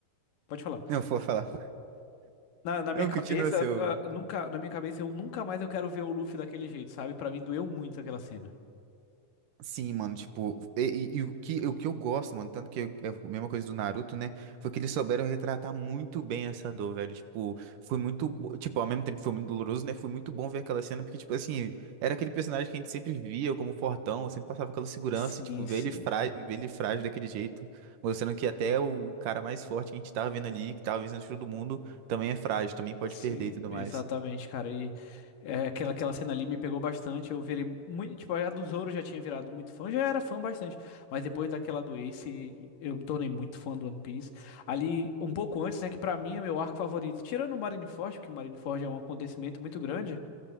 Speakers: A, on the left (about 75°); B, on the right (about 75°).
A: pode falar.
B: não, vou falar.
A: Na, na minha
B: Não,
A: cabeça,
B: continua seu.
A: ah, nunca, na minha cabeça, eu nunca mais eu quero ver o Luffy daquele jeito, sabe? Pra mim doeu muito aquela cena.
B: Sim, mano, tipo, e, e- e o que, o que eu gosto, mano, tanto que eu- é a mesma coisa do Naruto, né? Foi que eles souberam retratar muito bem essa dor, velho. Tipo, foi muito, bo- tipo, ao mesmo tempo que foi muito doloroso, né? Foi muito bom ver aquela cena, porque, tipo, assim, era aquele personagem que a gente sempre via como fortão, sempre passava aquela segurança,
A: Sim,
B: e, tipo, ver
A: sim.
B: ele, frá, ver ele frágil daquele jeito, mostrando que até o cara mais forte que a gente tava vendo ali, que tava vencendo todo mundo, também é frágil, também pode
A: Sim,
B: perder e tudo
A: exatamente,
B: mais.
A: cara. E é, aquela, aquela cena ali me pegou bastante. Eu virei muito. Tipo, a do Zoro eu já tinha virado muito fã, já era fã bastante. Mas depois daquela do Ace, eu me tornei muito fã do One Piece. Ali, um pouco antes, né? Que pra mim é meu arco favorito. Tirando o Marineford, porque o Marineford é um acontecimento muito grande.